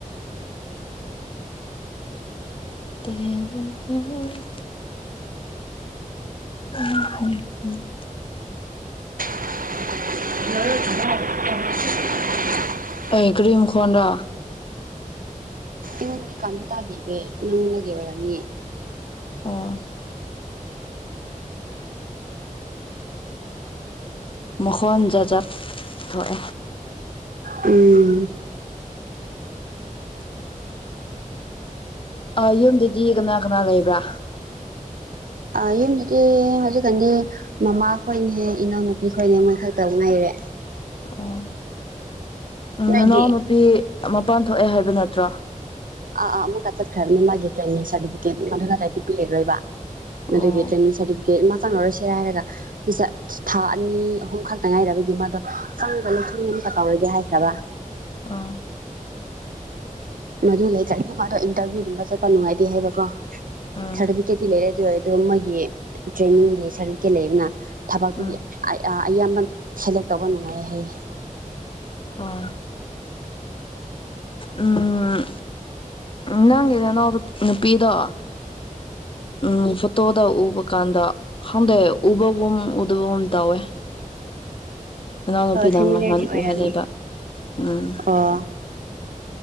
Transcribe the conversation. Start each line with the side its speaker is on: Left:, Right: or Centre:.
Left: ꯇꯦꯔꯦ ꯇꯦ <unintelligible>
Right: <unintelligible>
Left: ꯑꯦ ꯀ꯭ꯔꯤ ꯃꯈꯣꯟꯔꯥ
Right: ꯏꯉꯣꯟꯗꯗꯤ ꯀꯩꯝꯇ ꯇꯥꯗꯦꯍꯦ ꯅꯪꯉꯣꯟꯗꯒꯤ ꯑꯣꯏꯔꯝꯅꯤ
Left: ꯑꯣ ꯃꯈꯣꯟ ꯖꯥꯠ ꯖꯥꯠ ꯊꯣꯛꯑꯦ
Right: ꯎꯝ
Left: <inaudible> ꯑ ꯌꯨꯝꯗꯗꯤ ꯀꯅꯥ ꯀꯅꯥ ꯂꯩꯕ꯭ꯔꯥ
Right: ꯑ ꯌꯨꯝꯗꯗꯤ ꯍꯧꯖꯤꯛꯀꯥꯟꯗꯤ ꯃꯃꯥ ꯈꯣꯏꯅꯦ ꯏꯅꯥꯎꯅꯨꯄꯤ ꯈꯣꯏꯅꯦ ꯃꯣꯏ ꯈꯛꯇꯕꯨ ꯉꯥꯏꯔꯦ
Left: ꯑꯣ ꯎꯝ
Right: ꯅꯣꯏꯗꯤ
Left: ꯅꯅꯥꯎꯅꯄꯤ ꯃꯄꯥꯟ ꯊꯣꯛꯑꯦ ꯍꯥꯏꯕ ꯅꯠꯇ꯭ꯔꯣ
Right: ꯑꯥ ꯑꯥ ꯑꯃꯨꯛꯀ ꯆꯠꯈ꯭ꯔꯕꯅꯤ ꯃꯥꯒꯤ ꯇ꯭ꯔꯦꯅꯤꯡ ꯁꯥꯔꯇꯤꯐꯤꯀꯦꯠ ꯃꯗꯨ ꯅꯠꯇ꯭ꯔꯗꯤ ꯄꯤꯔꯔꯣꯏꯕ
Left: ꯑꯣ
Right: ꯑꯗꯨꯒꯤ ꯇ꯭ꯔꯦꯅꯤꯡ ꯁꯥꯔꯇꯤꯐꯤꯀꯦꯠ ꯃꯥ ꯆꯪꯉꯔꯣꯏꯁꯤꯔ ꯍꯥꯏꯔꯒ <unintelligible> ꯊꯥ ꯑꯅꯤ ꯑꯍꯨꯝ ꯈꯛꯇ ꯉꯥꯏꯔꯕꯒꯤ ꯃꯥꯗꯣ ꯆꯪꯕ <unintelligible> ꯑꯃꯨꯛꯀꯥ ꯇꯧꯔꯒꯦ ꯍꯥꯏꯈ꯭ꯔꯕ
Left: ꯑꯥ
Right: ꯃꯗꯨ ꯂꯩꯇꯔꯥꯗꯤ ꯃꯥꯗꯣ ꯏꯟꯇꯔꯚꯤꯌꯨꯒꯨꯝꯕ ꯆꯠꯄ ꯅꯨꯡꯉꯥꯏꯇꯦ ꯍꯥꯏꯕꯀꯣ
Left: ꯎꯝ
Right: ꯁꯥꯔꯇꯤ ꯇꯤꯀꯦꯠꯇꯤ ꯂꯩꯔꯦ ꯑꯗꯨ ꯑꯗꯨ ꯃꯣꯏꯒꯤ ꯇ꯭ꯔꯦꯅꯤꯡꯒꯤ ꯁꯥꯔꯇꯤꯐꯤꯀꯦꯠ ꯂꯩꯗꯅ ꯊꯕꯛꯇꯤ
Left: ꯎꯝ
Right: ꯑꯌꯥꯝꯕꯅ ꯁꯦꯂꯦꯛ ꯇꯧꯕ ꯅꯨꯡꯉꯥꯏꯌꯦ ꯍꯥꯏꯌꯦ
Left: ꯑꯥ ꯎꯝ ꯎ ꯅꯪꯒꯤꯅꯅꯥꯎꯅꯨꯄꯤꯗꯣ ꯎꯝ ꯐꯨ ꯇꯣꯗ ꯎꯕ ꯀꯥꯟꯗ ꯈꯪꯗꯦ ꯎꯕꯒꯨꯝ ꯎꯗꯕꯒꯨꯝ ꯇꯧꯋꯦ ꯅꯅꯥꯎꯅꯨꯄꯤꯅ
Right: ꯐꯦꯃꯤꯂꯔꯗꯤ
Left: ꯅꯍꯥꯟ
Right: ꯑꯣꯏꯔꯝꯅꯤ
Left: ꯎꯍꯜꯂꯦꯕ ꯎꯝ
Right: ꯑꯣ